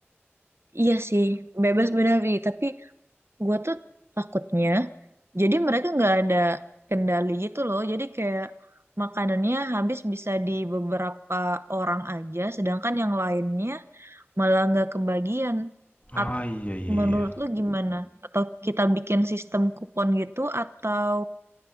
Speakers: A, on the right; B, on the left.
A: Iya sih, bebas benar Wi. Tapi gue tuh takutnya, jadi mereka nggak ada kendali gitu loh. Jadi kayak makanannya habis bisa di beberapa orang aja, sedangkan yang lainnya malah nggak kebagian. At-
B: ah iya iya
A: menurut
B: iya
A: lu gimana? Atau kita bikin sistem kupon gitu, atau